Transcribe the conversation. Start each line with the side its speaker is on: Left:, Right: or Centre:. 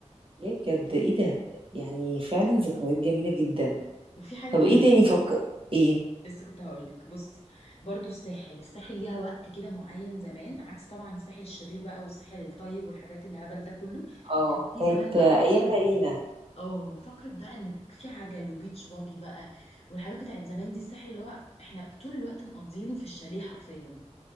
Right: يا بجد ايه ده يعني فعلا ذكريات جميله جدا
Left: وفي حاجة
Right: طب
Left: كمان
Right: ايه تاني فك ايه
Left: لسه كنت هقول لك بصي برضو الساحل الساحل ليها وقت كده معين زمان عكس طبعا الساحل الشرير بقى والساحل الطيب والحاجات اللي هبل ده كله
Right: اه
Left: كان في
Right: كانت
Left: زمان بقى
Right: ايام
Left: فقرة
Right: مارينا
Left: اه فكرة بقى ان في عجل وبيتش باجي بقى والحاجات بتاعت زمان دي الساحل اللي هو احنا طول الوقت مقضينه في الشاليه حرفيا